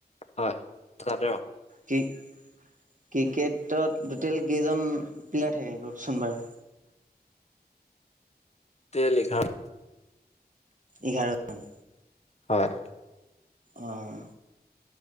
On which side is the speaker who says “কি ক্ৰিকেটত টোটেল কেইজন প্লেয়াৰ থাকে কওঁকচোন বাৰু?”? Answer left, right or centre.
Right